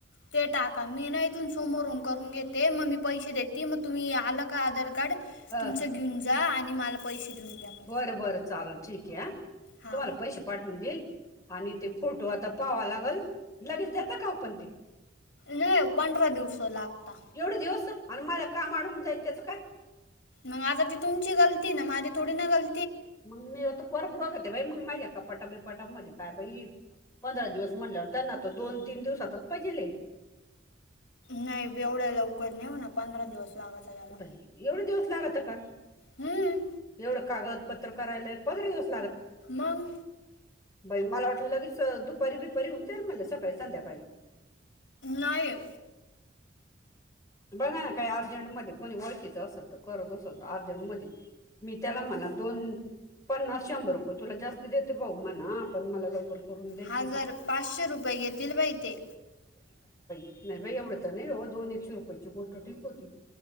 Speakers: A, on the left (about 70°); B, on the left (about 20°).
A: ते टाका मी ना इथून सोमोरूम करून घेते म मी पैसे देत ते म तुम्ही आला का आधार कार्ड
B: हा
A: तुमच घेऊन जा आणि मला पैसे देऊन द्या मग
B: बरं बरं चालल ठीक ये हा
A: हा
B: तुम्हाला पैसे पाठवून देईल. आणि ते फोटो आता पाहावा लागल, लगेच देता का ओ ते.
A: नाही पंधरा दिवस लागता.
B: एवढे दिवस आणि मला काम आडवून जाईल त्याचं काय.
A: मंग आता ती तुमची गलती ना माझी थोडी ना गल
B: मंग मी आता परत बघते, बाई मंग माझ्या कपाटा बिपाटामध्ये काय बाई. पंधरा दिवस म्हणल्यावर त्यांना त दोन तीन दिवसातच पाहिजेलये.
A: नाई एवढ्या लवकर नाई होणार पंधरा दिवस लागत त्याला
B: बाई एवढे दिवस लागता का
A: हम्म
B: एवढं कागद पत्र करायलाय पग <unintelligible>
A: मंग.
B: बई मला वाटलं लगेच दुपारी बिपारी होऊन जाईल म्हणल सकाळी संध्याकाळी.
A: नाहीय.
B: बघ ना काही अर्जंटमध्ये कोणी ओळखीच असेल तर करत असल तर अर्जंटमधी मी त्याला म्हणा दोन. पन्नास शंभर रुपये तुला जास्त देते, भाऊ म्हणा पण मला लवकर करून दे
A: हजार
B: की
A: पाचशे रुपये घेतील बाई ते.
B: नाय बाई एवढंट नाई ओ दोन एकशे रुपयाची गोष्ट ठीक होती.